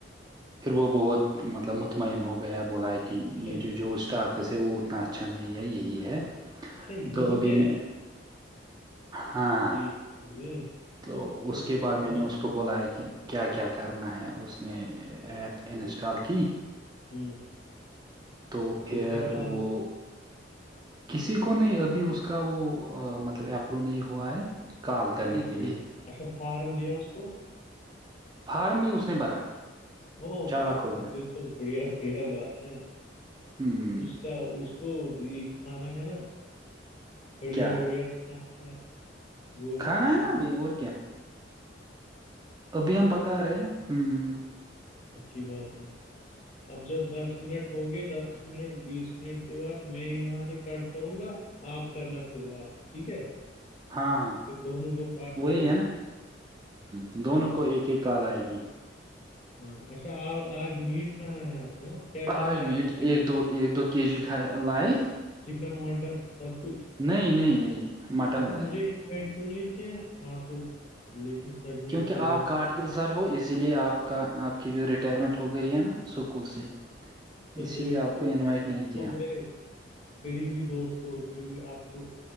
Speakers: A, on the right; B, on the left.
A: پھر وہ بہت مطلب مطمئن ہو گیا بلایا کہ
B: اچھا
A: یہ
B: اچھا
A: جو جو اسٹاک ویسے وہ اتنا اچھا نہیں ہے یہی ہے
B: اچھا
A: تو
B: یہی
A: ابھی
B: ہے
A: میں ہاں
B: ٹھیک ہے
A: تو
B: اور
A: اس کے
B: کیا
A: بعد میں
B: بولا
A: نے اس کو اس کو بولا ہے کہ کیا کیا کرنا ہے اس نے
B: اچھا
A: ایپ
B: ٹھیک
A: انسٹال کی
B: ہوں
A: تو پھر
B: کتنے کال
A: وہ کسی کو نہیں ابھی اس کا وہ مطلب اپرو نہیں ہوا ہے کال کرنے
B: اچا ٹھیک
A: کے لیے
B: اچھا فارم د اس کوٹ
A: فارم بھی اس نے بھرا
B: او
A: چالاک
B: پھر
A: ہو گیا
B: تو بڑھیا بڑھیا بات ہے
A: ہ
B: اس کیا اس کو یہ کھانا ہے نا بڑھیا
A: کیا
B: بڑھیا کھانا ہے گوش
A: کھانا
B: کانا
A: ہے نا ابھی اور ابھییام پکاے ہوں
B: اچھی بات ہے اب جب دس منٹ ہوں گے دس منٹ بیس منٹ کے بعد میں یہاں سے کاٹ کروں گا آپ کرنا پھر واپس ٹھیک ہے
A: ہاں ہاں
B: پھر دونوں کو فائدہ
A: وہی
B: ہوگا
A: ہے نا ہدونوں
B: ہاں ہاں
A: کو ایک ایک کال آئے گی
B: ہاں اچھا اور آج میٹ کھانا ہے آپ کو ہاں؟ کیا کیا
A: آاج
B: لایا
A: میٹ
B: ہے چکن
A: ایک دو ایک دو کے جی کھ لائے
B: چکن مٹن سب کچھ
A: نہیں نہیں نہیں مٹن
B: اچھا
A: لائے
B: مجھے انوائٹ نہیں کیا آپ تو لیکن سچ میں
A: کیونکہ
B: کمی
A: آپ کاٹگل سر ہو اسی لیے آپ کا آپ کی جو ریٹائرمنٹ ہو گئی ہے نا سے
B: تو
A: اسی
B: تو
A: لیے آپ کو انوائٹ نہیں کیا
B: میں قری بھیی دوست ہو پھر بھی آپ کو